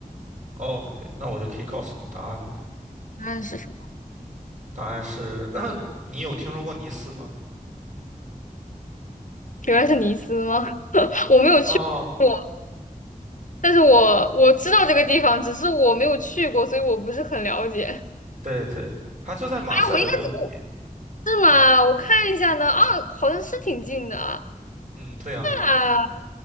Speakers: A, on the right; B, on the left.
A: ？OK，那我就可以告诉你答案了。
B: 答案是什么？
A: 答案是，<clears throat> 你有听说过尼斯吗？
B: 原来是尼斯吗？<laughs> 我没有去过。
A: 哦，
B: 但是我。但是我我知道这个地方，只是我没有去过，所以我不是很了解。
A: 对对对，它就在马赛的东边。
B: 啊，我应该我是吗？我看一下呢。啊，好像是挺近的啊。
A: 嗯，对呀，
B: 啊，